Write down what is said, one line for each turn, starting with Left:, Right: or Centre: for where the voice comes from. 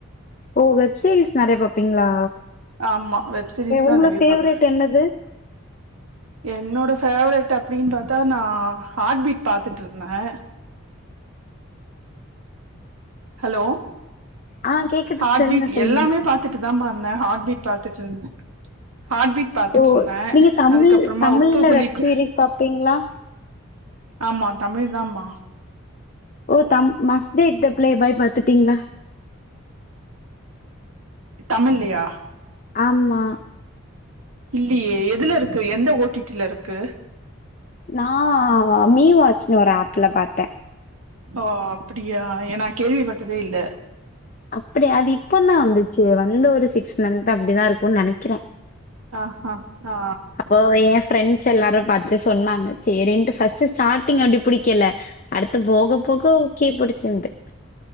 Left: ஓ வெப் சீரீஸ் நெறைய பாப்பீங்களா
Right: ஆமா வெப் சீரிஸ் தா
Left: உங்க
Right: நெறைய
Left: ஃபேவரேட்
Right: பாப்பே
Left: என்னது
Right: என்னோட ஃபேவரெட் அப்டின் பாத்தா நா ஹார்ட்பீட் பாத்துட்டு இருந்தே ஹலோ
Left: ஆ கேக்குது
Right: ஹார்ட்பீட்
Left: சொல்லுங்க சொல்லுங்க
Right: எல்லாமே பாத் பாத்துட்டு தா மா இருந்தே ஹார்ட்பீட் பாத்துட்டு இருந்தே ஹார்ட்பீட் பாத்துட்டு
Left: ஓ
Right: இருந்தே
Left: நீங்க தமிழ்
Right: அதுக்கப்புறமா
Left: தமிழ்ல
Right: உப்பு புளிப்பு
Left: வெப் சீரிஸ் பாப்பீங்களா
Right: ஆமா தமிழ் தா மா
Left: ஓ தம் மஸ்ட்டேக் த பிளே பாய் பாத்துட்டீங்ளா
Right: தமிழ்லயா
Left: ஆமா
Right: இல்லயே எதுல இருக்கு எந்த ஓடிட்டில இருக்கு
Left: நா மீ வாட்ச்னு ஒரு ஆப்ல பாத்தே
Right: ஓ அப்டியா ஏ நா கேள்விப்பட்டதே இல்ல
Left: அப்டியா அது இப்ப தா வந்துச்சு வந்து ஒரு சிக்ஸ் மந்த் அப்டிதா இருக்கும்னு நெனைக்கிறே
Right: ஹ ஹ ஹா
Left: இப்போ என் ஃப்ரெண்ட்ஸ் எல்லாரு பாத்து சொன்னாங்க சரின்ட்டு ஃபஸ்ட் ஸ்டார்டிங் அப்டி பிடிக்கல அடுத்து போக போக ஓகே பிடிச்சிருந்து